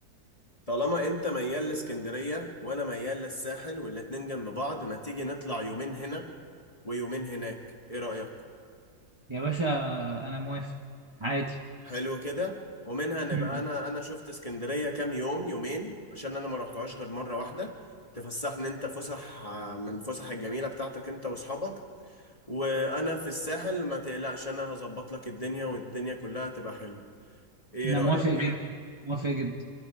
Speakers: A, on the left; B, on the right.
A: طالما انت ميال لاسكندرية وانا ميال للساحل والاتنين جنب بعض ما تيجي نطلع يومين هنا ويومين هناك ايه رأيك
B: يا باشا انا موافق عادي
A: حلو كده ومنها نبقى
B: مم.
A: انا انا شفت اسكندرية كام يوم يومين عشان انا ما رحتهاش غير مرة واحدة تفسحني انت فسح آه، من فسح الجميلة بتاعتك انت واصحابك وانا في الساحل ما تقلقش انا هظبط لك الدنيا والدنيا كلها تبقى حلوة ايه
B: انا
A: رأيك
B: موافق جدا موافق جدا